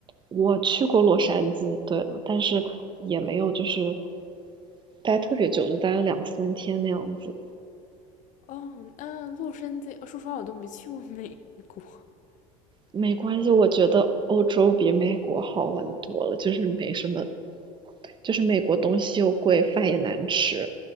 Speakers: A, on the right (about 25°); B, on the left (about 45°).
A: 我去过洛杉矶，对，但是也没有就是待特别久，就待了两三天那样子。
B: 哦，那洛杉矶，呃说实话我都没去过美国。
A: 没关系，我觉得欧洲比美国好玩多了，就是没什么，就是美国东西又贵，饭也难吃，